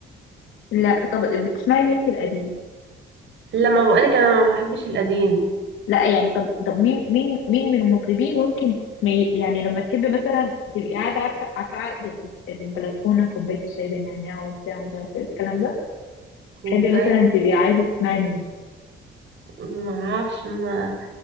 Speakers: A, on the left (about 85°); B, on the right (about 65°).
A: لا طب بتسمعي مين في القديم
B: لما بقولك انا ما بحبش القديم
A: لا يعني طب طب مين مين مين من المطربين ممكن تسمعي يعني لما تحبي مثلا تبقي قاعده عارفه عارفه قاعدة البلكونه كوبايه الشاي بالنعناع وبتاع مش عارفه إيه الكلام ده
B: كوبايه
A: تحبي مثلا تبقي عايزه تسمعي مين
B: ما اعرفش ما